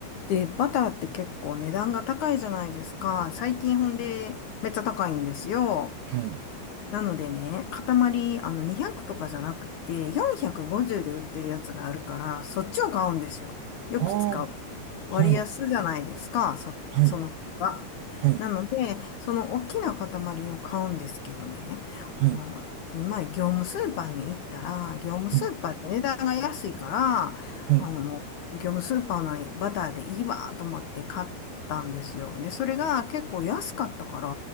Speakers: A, on the left; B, on the right.
A: で、バターって結構値段が高いじゃないですか。最近ほんでめっちゃ高いんですよ。
B: はい。
A: なのでね、塊、あの、200とかじゃなくて、450で売ってるやつがあるから、そっちを買うんですよ。よく使う。
B: ああ、
A: 割安じゃないですか、
B: はい。
A: そ、
B: はい。
A: その方が。
B: はい。
A: なので、その大きな塊を買うんですけどね、
B: はい。
A: あの、前、業務スーパーに行ったら、業務スーパーって値段が安いから、
B: はい。はい。
A: あの、業務スーパーのバターでいいわと思って買ったんですよ。で、それが結構安かったから、